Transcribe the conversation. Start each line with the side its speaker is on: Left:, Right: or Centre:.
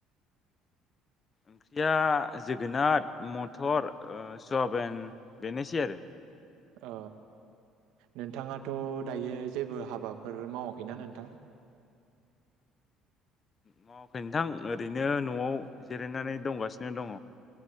Left: ओंख्रिया जोगोनार मथर ओ सुवाबेन बेनोसै आरो
Right: अ नोंथाङाथ' दायो जेबो हाबाफोर मावाखैना नोंथां?
Left: मावाखै नोंथां ओरैनो न'आव जिरायनानै दंगासिनो दङ